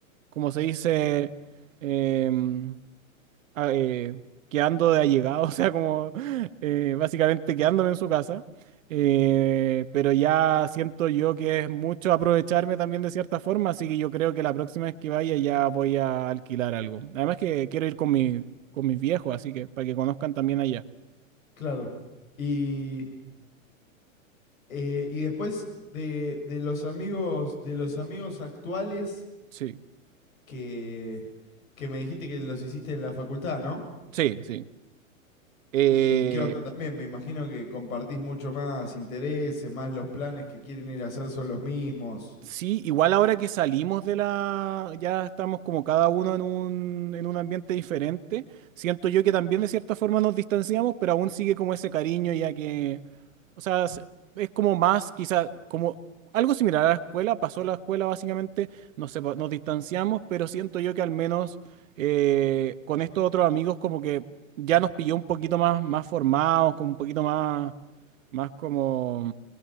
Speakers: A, on the right; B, on the left.
A: como se dice, em, a- eh, quedando de allegado, <laughs> o sea, como eh, básicamente quedándome en su casa. Eh, pero ya siento yo que es mucho aprovecharme también de cierta forma, así que yo creo que la próxima vez que vaya ya voy a alquilar algo. Además que quiero ir con mi, con mis viejos, así que para que conozcan también allá.
B: Claro. Y, eh, y después de, de los amigos, de los amigos actuales,
A: Sí,
B: que, que me dijiste que los hiciste en la facultad, ¿no?
A: sí, sí. Eh,
B: ¿Y qué onda? También me imagino que compartís mucho más intereses, más los planes que quieren ir a hacer son los mismos.
A: Sí, igual ahora que salimos de la, ya estamos como cada uno en un, en un ambiente diferente, siento yo que también de cierta forma nos distanciamos, pero aún sigue como ese cariño ya que, o sea, es es como más, quizás, como algo similar a la escuela, pasó la escuela básicamente, nos, sepa- nos distanciamos, pero siento yo que al menos eh, con estos otros amigos como que ya nos pilló un poquito más, más formados, como un poquito más, más como,